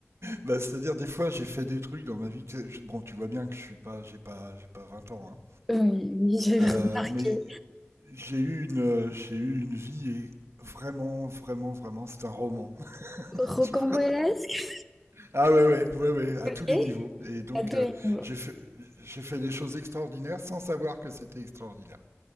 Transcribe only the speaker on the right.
bah, c'est-à-dire des fois j'ai fait des trucs dans ma vie. que- je- Bon, tu vois bien que je suis pas, j'ai pas, j'ai pas 20 ans, hein.
Euh,
mais J'ai eu une, euh, j'ai eu une vie et vraiment, vraiment, vraiment, c'est un roman, <laughs>
tu vois. Ah ouais, ouais, ouais, ouais, à
tous les niveaux. Et donc,
euh,
j'ai fait, j'ai fait des choses extraordinaires sans savoir que c'était extraordinaire.